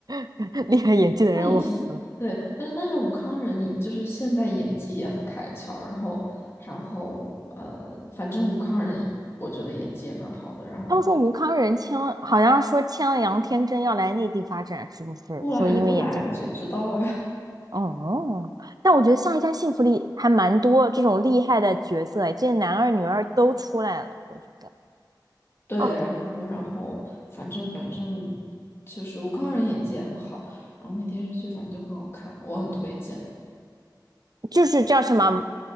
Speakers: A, on the right; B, on the left.
A: <laughs> 厉害演技的人？
B: 他以前对，
A: 我服了。
B: 但是但是吴康仁以就是现在演技也很开窍，然后然后呃，反正吴康仁我觉得演技也蛮好的，然后
A: 他们说吴康仁签了，好像说签了杨天真要来内地发展，是不是？
B: 后来又不来了，
A: 说因为演技。
B: 谁知道呀？
A: 哦，但我觉得《下一站幸福》里还蛮多这种厉害的角色，哎，这男二女二都出来了，我觉得。
B: 对，
A: 哦，
B: 然后然后反正反正就是吴康仁演技也很好，然后那电视剧反正就很好看，我很推荐
A: 就是叫什么